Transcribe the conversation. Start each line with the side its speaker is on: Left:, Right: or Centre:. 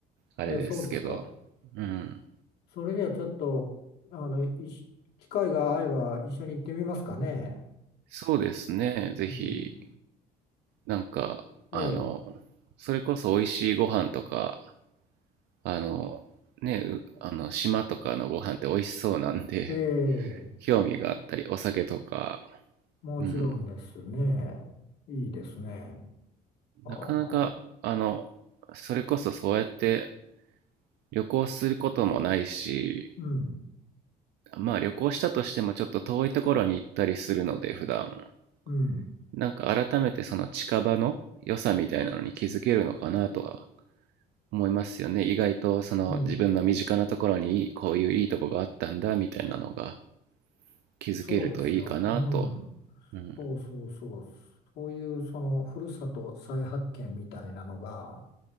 Right: あれですけど、
Left: うん。え、そうですか。
Right: うん。
Left: それではちょっと、あの、いし機会が合えば一緒に行ってみますかね。
Right: そうですね。ぜひ、
Left: うん。
Right: なんか、
Left: え
Right: あの、それこそ美味しいご飯とか、あの、ね、あの、島とかのご飯って美味しそうなんで、
Left: え、ええ、
Right: 興味があったり、お酒とか、
Left: もちろんですね。
Right: うん。
Left: いいですね。はあはあ。
Right: なかなか、あの、それこそそうやって旅行することもないし、
Left: うん、
Right: まあ旅行したとしてもちょっと遠いところに行ったりするので普段
Left: うん、
Right: なんか改めてその近場の良さみたいなのに気づけるのかなとは思いますよね意外とその自分の身近なところにいいこういういいとこがあったんだみたいなのが
Left: うん。
Right: 気づけるといいかなと
Left: そうですよ。うん。
Right: うん、
Left: そうそうそう。そういうそのふるさと再発見みたいなのが、